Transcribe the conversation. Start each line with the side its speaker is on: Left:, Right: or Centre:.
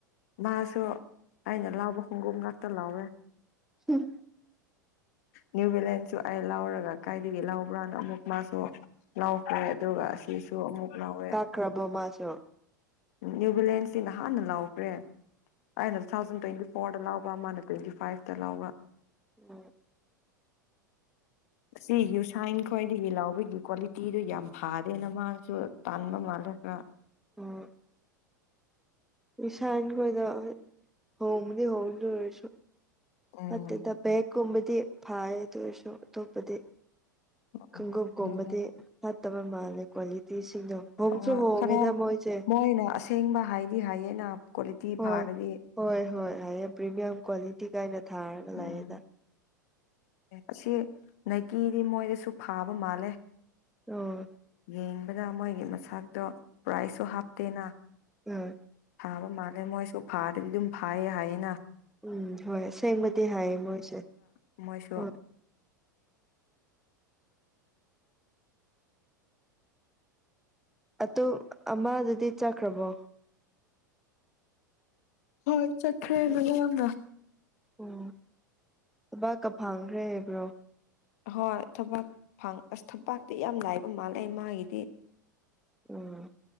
Left: ꯃꯥꯁꯨ ꯑꯩꯅ ꯂꯥꯎꯕ ꯈꯣꯡꯒꯣꯝ ꯉꯥꯛꯇ ꯂꯥꯎꯋꯦ
Centre: ꯍꯝ
Left: ꯅ꯭ꯌꯨ ꯚꯂꯦꯟꯁꯨ ꯑꯩ ꯂꯧꯎꯔꯒ ꯀꯥꯏꯗꯒꯤ ꯂꯧꯕ꯭ꯔꯥꯅ ꯑꯃꯨꯛ ꯃꯥꯁꯨ ꯂꯧꯈꯦ ꯑꯗꯨꯒ ꯑꯁꯤꯁꯨ ꯑꯃꯨꯛ ꯂꯧꯋꯦ
Centre: ꯀ꯭ꯔꯕꯣ ꯃꯥꯁꯣ
Left: ꯅ꯭ꯌꯨ ꯚꯂꯦꯟꯁꯤꯅꯇꯤ ꯅꯍꯥꯟꯅ ꯂꯥꯎꯈ꯭ꯔꯦ ꯑꯩꯅ ꯊ ꯇꯣꯏꯟꯇꯤ ꯐꯣꯔꯗ ꯂꯥꯎꯕ ꯃꯥꯅ ꯇꯣꯏꯟꯇꯤ ꯐꯥꯏꯚꯇ ꯂꯥꯎꯕ
Centre: <unintelligible>
Left: ꯑꯁꯤ ꯌꯨꯁꯥꯏꯟ ꯈ꯭ꯋꯥꯏꯗꯒꯤ ꯂꯥꯎꯕꯒꯤ ꯀ꯭ꯋꯥꯂꯤꯇꯤꯗꯨ ꯌꯥꯝ ꯐꯥꯗꯦꯅ ꯃꯥꯁꯨ ꯇꯥꯟꯕ ꯃꯥꯜꯂꯒ
Centre: ꯎꯝ ꯕꯤꯁꯥꯟ ꯈꯣꯏꯗꯣ ꯍꯣꯡꯕꯗꯤ ꯍꯣꯡ ꯑꯗꯨ ꯑꯣꯏꯔꯁꯨ
Left: ꯎꯝ
Centre: ꯐꯇꯦꯗ ꯕꯦꯒ ꯈꯨꯕꯗꯤꯦ ꯐꯥꯏ ꯑꯗꯨꯑꯣꯏꯁꯨ ꯑꯇꯣꯞꯄꯗꯤ
Left: ꯑꯗꯨꯅꯦ
Centre: ꯈꯣꯡꯎꯞ ꯀꯣꯝꯕꯗꯤ ꯐꯠꯇꯕ ꯃꯥꯜꯂꯦ ꯀ꯭ꯋꯥꯂꯤꯇꯤꯁꯤꯡꯗꯣ ꯍꯣꯡꯁꯨ
Left: ꯍꯣꯏ
Centre: ꯍꯣꯡꯉꯦꯗ
Left: ꯈꯔ
Centre: ꯃꯣꯏꯁꯦ
Left: ꯃꯣꯏꯅ ꯑꯁꯦꯡꯕ ꯍꯥꯏꯗꯤ ꯍꯥꯏꯌꯦꯅ ꯀ꯭ꯋꯥꯂꯤꯇꯤ
Centre: ꯍꯣꯏ
Left: ꯐꯥꯔꯗꯤ
Centre: ꯍꯣꯏ ꯍꯣꯏ ꯍꯥꯏꯌꯦ ꯄ꯭ꯔꯤꯃꯤꯌꯝ ꯀ꯭ꯋꯥꯂꯤꯇꯤ ꯀꯥꯏꯅ ꯊꯥꯔꯒ
Left: ꯎꯝ
Centre: ꯂꯩꯥꯛꯌꯦꯗ
Left: ꯑꯁꯤ ꯅꯥꯏꯀꯤꯗꯤ ꯃꯣꯏꯗꯁꯨ ꯐꯥꯕ ꯃꯥꯜꯂꯦ
Centre: <unintelligible>
Left: ꯌꯦꯡꯕꯗ ꯃꯣꯏꯒꯤ ꯃꯁꯥꯛꯇꯣ ꯄ꯭ꯔꯥꯏꯖꯁꯨ ꯍꯥꯞꯇꯦꯅ
Centre: ꯑ
Left: ꯐꯥꯕ ꯃꯥꯜꯂꯦ ꯃꯣꯏꯁꯨ ꯐꯥꯗꯗꯤ ꯑꯗꯨꯝ ꯐꯥꯏꯌꯦ ꯍꯥꯏꯌꯦꯅ
Centre: ꯎꯝ ꯍꯣꯏ ꯑꯁꯦꯡꯕꯗꯤ ꯍꯥꯏꯌꯦ ꯃꯣꯏꯁꯦ
Left: ꯃꯥꯏꯁꯨ
Centre: ꯍꯣꯏ ꯑꯗꯨ ꯑꯃꯗꯨꯗꯤ ꯆꯠꯈ꯭ꯔꯕꯣ
Left: ꯍꯣꯏ ꯆꯠꯈ꯭ꯔꯦ ꯃꯥꯅꯨꯋꯥꯡꯅ
Centre: ꯑꯣ ꯊꯕꯛꯀ ꯐꯪꯒ꯭ꯔꯦ ꯍꯥꯏꯕ꯭ꯔꯣ
Left: ꯍꯣꯏ ꯊꯕꯛ ꯐꯪ ꯑꯁ ꯊꯕꯛꯇꯤ ꯌꯥꯝ ꯂꯥꯏꯕ ꯃꯥꯜꯂꯦ ꯃꯥꯒꯤꯗꯤ
Centre: ꯎꯝ